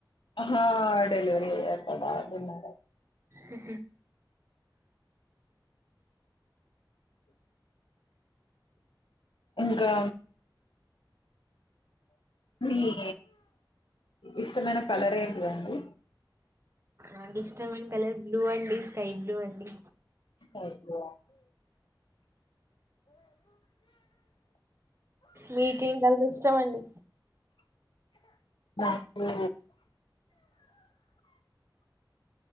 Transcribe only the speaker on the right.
ఇ
ఆ ఇష్టం అయిన కలర్ బ్లూ అండి స్కైబ్లూ అండి
మీకేం కలర్ ఇష్టం అండి